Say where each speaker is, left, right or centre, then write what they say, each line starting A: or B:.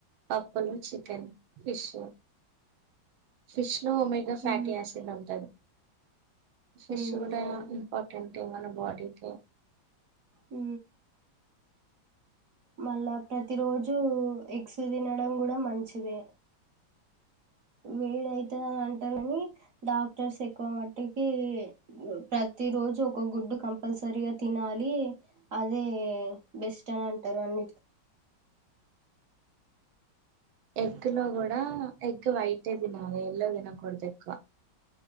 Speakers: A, on the right; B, on the right.
A: పప్పులు చికెన్ ఫిష్ ఫిష్ లో ఒమేగా ఫ్యాటీ
B: ఉమ్
A: యాసిడ్ ఉంటంది ఫిష్
B: ఉమ్
A: కూడా
B: అవును
A: ఇంపార్టెంట్ మన బాడీకి
B: ఊ మళ్ల ప్రతి రోజు ఎగ్స్ తిన వండడం కూడా మంచిదే వేడి అయితదని అంటరు కని డాక్టర్స్ ఎక్కువ మటుకి ప్రతిరోోజు ఒక గుడ్డు కంపల్సరీగా తినాలి అదే బెస్ట్ అని అంటారు అన్నిటిక
A: ఎగ్ లో కూడా ఎగ్ వైటే తినాలి ఎల్లో తినకూడదు ఎక్కువ